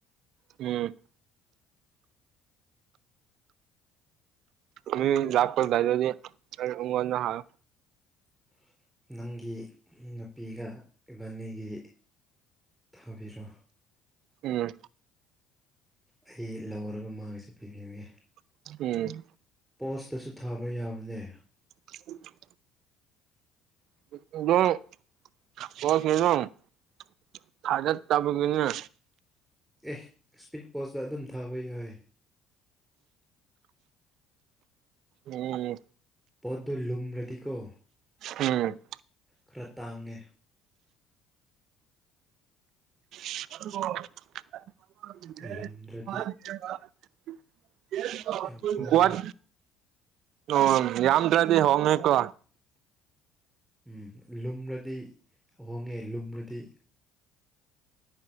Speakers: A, on the right (about 60°); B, in the centre.
A: ꯎꯝ ꯃꯤ ꯂꯥꯛꯄ ꯂꯩꯔꯗꯤ ꯑꯩ ꯑꯩꯉꯣꯟꯗ ꯍꯥꯏꯌꯣ
B: <unintelligible> ꯅꯪꯒꯤ ꯅꯨꯄꯤꯒ ꯏꯕꯥꯅꯤꯒꯤ ꯊꯥꯕꯤꯔꯣ
A: ꯎꯝ
B: ꯑꯩ ꯂꯧꯔꯒ ꯃꯥꯒꯤꯁꯨ ꯄꯤꯕꯤꯌꯨꯌꯦ
A: <unintelligible>
B: ꯄꯣꯁꯇꯥꯁꯨ ꯊꯥꯕ ꯌꯥꯕꯅꯦ
A: <unintelligible> <unintelligible> ꯊꯥꯔꯛ ꯇꯥꯕꯒꯤꯅꯦ
B: ꯑꯦ ꯏꯁꯄꯤꯠ ꯄꯣꯁꯇꯥ ꯑꯗꯨꯝ ꯊꯥꯕ ꯌꯥꯏ
A: ꯎꯝ
B: ꯄꯣꯠꯇꯣ ꯂꯨꯝꯔꯥꯗꯤꯀꯣ
A: ꯎꯝ
B: ꯈꯔ ꯇꯥꯡꯉꯦ
A: <unintelligible> <unintelligible>
B: ꯂꯨꯝꯗ꯭ꯔꯗꯤ ꯌꯥꯝ ꯍꯣꯡꯉꯦ
A: ꯋꯥꯟ ꯑꯣ ꯌꯥꯝꯗ꯭ꯔꯥꯗꯤ ꯍꯣꯡꯉꯦꯀꯣ
B: ꯎꯝ ꯂꯨꯝꯔꯥꯗꯤ ꯍꯣꯡꯉꯦ ꯂꯨꯝꯔꯥꯗꯤ